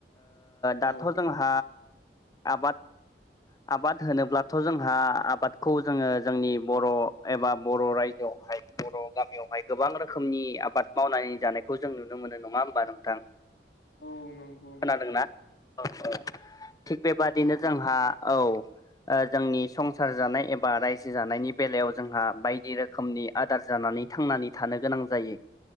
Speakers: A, on the left; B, on the left.
A: दाथ'
B: औ
A: जोंहा आबाद आबाद होनोब्लाथ' जोंहा आबादखौ जोङो जोंनि बर' एबा बर' रायजोआवहाय बर' गामियावहाय गोबां रोखोमनि आबाद मावनानै जानायखौ जों नुनो मोनो नङा होमबा नोंथां
B: औ नंगौ
A: खोनादोंना
B: नोंथां
A: औ औ थिग बेबाद बिदिनो जोंहा औ ओ जोंनि संसार जानाय एबा रायजो जानायनि बेलायाव जोंहा बायदि रोखोमनि आदार जानानै थांनानै थानो गोनां जायो